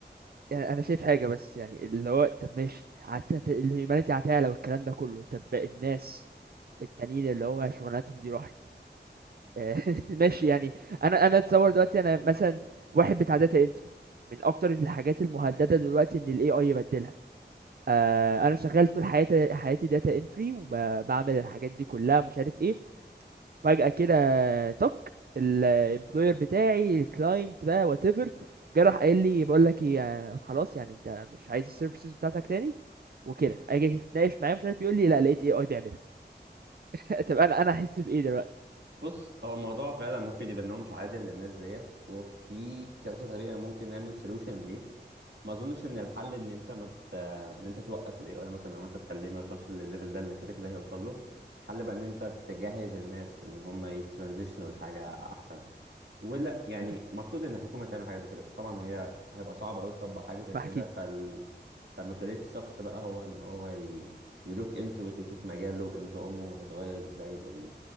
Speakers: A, on the right (about 60°); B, on the right (about 75°).
A: يعني أنا شايف حاجة بس يعني اللي هو طب ماشي هت... هت- الهيومانيتي هتعلى والكلام ده كله طب الناس التانيين اللي هو شغلانتهم دي راحت <laughs> ماشي يعني انا انا اتصور دلوقتي انا مثلا واحد بتاع داتا انتري من اكتر الحاجات المهدده دلوقتي ان الاي اي يبدلها آه انا شغال طول حياتي حياتي داتا انتري وبعمل الحاجات دي كلها مش عارف ايه فجاه كده تك الامبلوير بتاعي الكلاينت بقى وات ايفر راح قايل لي بقول لك ايه آه، خلاص يعني انت مش عايز السيرفيسز بتاعتك تاني وكده اجي اتناقش معاه مش عارف يقول لي لا لقيت اي اي بيعملها <laughs> طب انا انا احس بايه دلوقتي
B: بص هو الموضوع فعلا ممكن يبقى ان هو مش عادل للناس ديت وفي كذا طريقه ممكن نعمل سولوشن ليه ما اظنش ان الحل ان انت مت... ان انت توقف الاي اي مثلا او انت تخليه ما يوصلش للليفل ده لان كده كده هيوصل له الحل بقى ان انت تجهز الناس ان هم يترانزيشنوا لحاجه احسن ولا يعني
A: <laughs>
B: المفروض ان الحكومه تعمل حاجه زي كده بس طبعا هي هيبقى صعب قوي تطبق حاجه زي
A: ما
B: كده
A: اكيد
B: فال... فمسؤوليه الشخص بقى هو ان هو ي... يلوك انتو ات ويشوف مجاله نظامه هيتغير ازاي بال...